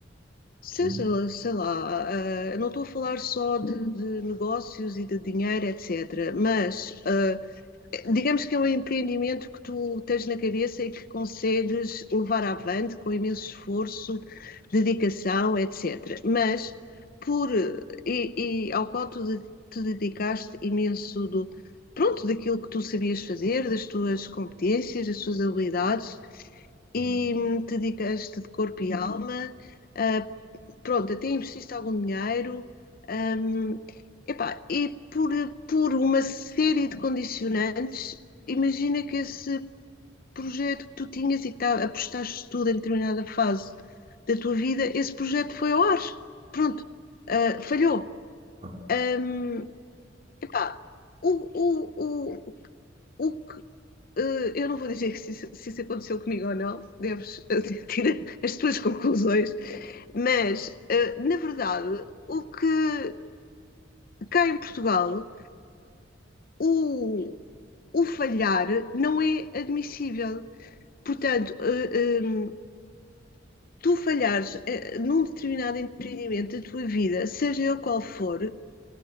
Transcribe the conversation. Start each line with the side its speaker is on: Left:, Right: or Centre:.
Left: seja,
Right: sim.
Left: sei lá, uh, não estou a falar só de, de, negócios e de dinheiro, etc., mas uh, Digamos que é um empreendimento que tu tens na cabeça e que consegues levar avante com imenso esforço, dedicação, etc. Mas por e, e ao qual tu de- te dedicaste imenso do pronto daquilo que tu sabias fazer, das tuas competências, das tuas habilidades
Right: Sim.
Left: e hum, te dedicaste de corpo e alma, ah, pronto, até investiste algum dinheiro, hum, epá, e por, por uma série de condicionantes, imagina que esse projeto que tu tinhas e que tá, apostaste tudo em determinada fase da tua vida, esse projeto foi ao ar, pronto, ah, falhou.
Right: Ah,
Left: Hum, epá, o, o, o, o, eh, eu não vou dizer que se, isso- se isso aconteceu comigo ou não, deves eh, <laughs> tirar as tuas conclusões, mas eh, na verdade, o que cá em Portugal, o, o falhar não é admissível. Portanto, eh, em, tu falhares eh, num determinado empreendimento da tua vida, seja ele qual for,